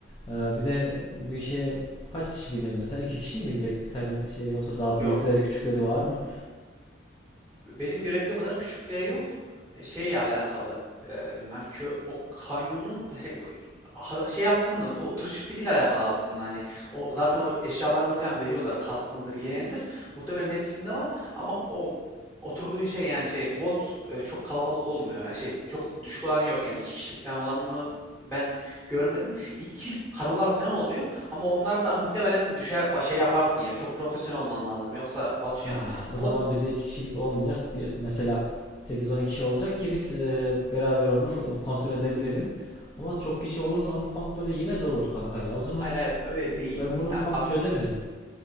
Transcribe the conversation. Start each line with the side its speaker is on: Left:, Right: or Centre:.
Left: e, bir de bir şeye kaç kişi biniyoruz mesela? İki kişi mi binecek bir tane şeye yoksa daha
Centre: Yok.
Left: büyükleri küçükleri var mı?
Centre: benim görebildiğim kadar küçükleri yok. E, Şeyle alakalı. e, hani kö, o kanyonun e, şey, ha- şey yaptığını, o o tur şirketiyle alakalı aslında hani o zaten o eşyalarını falan veriyorlar kaskınıdır yeleğindir muhtemelen hepsinde var ama o oturduğun şey yani şey bot e, çok kalabalık olmuyor yani şey çok düşük olan yok yani iki kişilik falan olanını ben görmedim iki kişilik kanolar falan oluyor ama onlar da muhtemelen düşer ba- şey yaparsın yani çok profesyonel olman lazım yoksa batıyor
Left: Aa,
Centre: bot
Left: o zaman bize iki kişilik olmayacak. Diye- Mesela sekiz on kişi olacak ki biz e, beraber onu kontrol edebilelim. Ama çok kişi olursa onun kontrolü yine zor olur kanka ya. O zaman
Centre: Hayır hayır öyle
Left: ben
Centre: değil.
Left: bunu
Centre: Ya
Left: tam
Centre: aslında
Left: çözemedim.